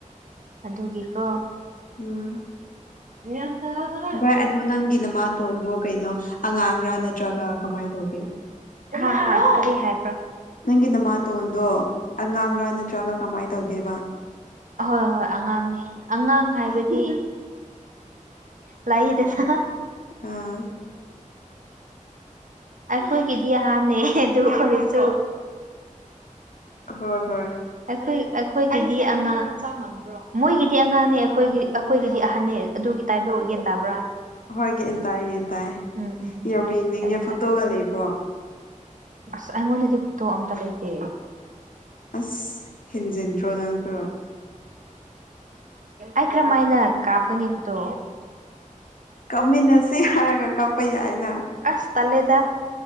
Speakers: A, on the right; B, on the left.
A: ꯑꯗꯨꯒꯤꯀꯣ
B: ꯑꯝ
A: <inaudible>
B: ꯚꯥꯏ ꯑꯗꯨ ꯅꯪꯒꯤ ꯅꯃꯥꯇꯣꯟꯗꯣ ꯀꯩꯅꯣ ꯑꯉꯥꯡꯔꯥ ꯅꯠꯇ꯭ꯔꯒ ꯀꯃꯥꯏ ꯇꯧꯒꯦ
A: ꯍꯥ ꯍꯥ ꯀꯔꯤ ꯍꯥꯏꯕ꯭ꯔꯥ
B: ꯅꯪꯒꯤ ꯅꯃꯥꯇꯣꯟꯗꯣ ꯑꯉꯥꯡꯔꯥ ꯅꯠꯇ꯭ꯔꯒ ꯀꯃꯥꯏꯅ ꯇꯧꯒꯦꯕ
A: ꯑꯍꯣꯏ ꯍꯣꯏ ꯑꯉꯥꯡꯅꯤ ꯑꯉꯥꯡ ꯍꯥꯏꯕꯗꯤ ꯂꯥꯑꯦꯗꯅ
B: ꯑꯥ
A: ꯑꯩꯈꯣꯏꯒꯤꯗꯤ ꯀꯗꯤ ꯑꯅꯦ ꯇ ꯈꯁꯨ
B: ꯑ ꯍꯣꯏ ꯍꯣꯏ
A: ꯑꯩꯈ ꯑꯩꯈꯣꯏꯒꯤꯗꯤ ꯑꯉꯥꯡ ꯃꯣꯏꯒꯤꯗꯤ ꯑꯉꯥꯡꯅꯦ ꯑꯩꯈꯣꯏ ꯑꯩꯈꯣꯏꯒꯤꯗꯤ ꯑꯍꯟꯅꯦ ꯑꯗꯨꯒꯤ ꯇꯥꯏꯕꯣ ꯌꯦꯒꯟ ꯇꯥꯕ꯭ꯔꯥ
B: ꯍꯣꯏ ꯒꯦꯟ ꯇꯥꯏ ꯒꯦꯟ ꯇꯥꯏꯌꯦ
A: ꯎꯝ ꯎꯝ
B: ꯌꯥꯝ
A: ꯑꯗꯨꯒꯤ
B: ꯌꯦꯡꯅꯤꯡꯉꯦ
A: ꯇꯥꯏꯞꯇ
B: ꯐꯣꯇꯣꯒ ꯂꯩꯕ꯭ꯔꯣ
A: ꯑꯁ ꯑꯩꯉꯣꯟꯗꯗꯤ ꯄꯣꯊꯣꯛ ꯑꯝꯇ ꯂꯩꯇꯦ
B: ꯑꯁ ꯍꯦꯟꯖꯤꯟꯗ꯭ꯔꯣ ꯅꯪꯁꯨ
A: ꯑꯩ ꯀꯔꯝꯃꯥꯏꯅ ꯀꯥꯞꯀꯅꯤ ꯐꯣꯇꯣ
B: ꯀꯞꯃꯤꯟꯅꯁꯤ ꯍꯥꯏꯔꯒ ꯀꯥꯞꯄ ꯌꯥꯏꯅ
A: ꯑꯁ ꯇꯂꯦꯗ